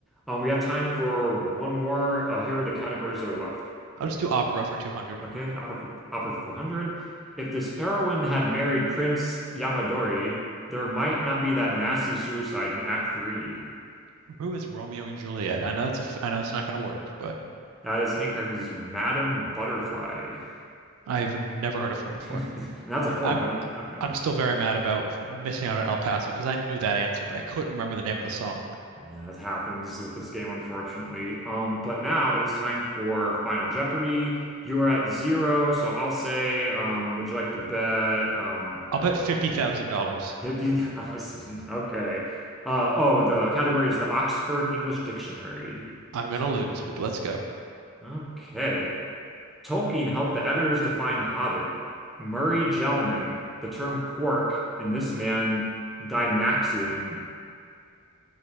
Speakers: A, in the centre; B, on the right.
A: Um, we have time for one more. Uh, here are the categories that are left.
B: I'll just do opera for 200.
A: Okay, Opera for, Opera 400. If this heroine had married Prince Yamadori, there might not be that nasty suicide in Act 3.
B: Who is Romeo and Juliet? I know it's. a, f- I know it's not gonna work, but
A: That is incorrect. It is Madame Butterfly. <laughs>
B: I've never heard of her before.
A: And that's a 400.
B: I'm
A: Okay.
B: I'm still very mad about missing out on El Paso because I knew that answer, but I couldn't remember the name of the song.
A: Yeah, that happens with this game, unfortunately. Um, but now it is time for Final Jeopardy. You are at zero, so I'll say, um, would you like to bet? Um,
B: I'll bet fifty thousand dollars.
A: 50,000. <laughs> Okay. Uh, oh, the category is the Oxford English Dictionary.
B: I'm gonna
A: So,
B: lose, but let's go.
A: okay. Tolkien helped the editors define hobbit. Murray Gell-mann, the term quark, and this man, Dymaxion.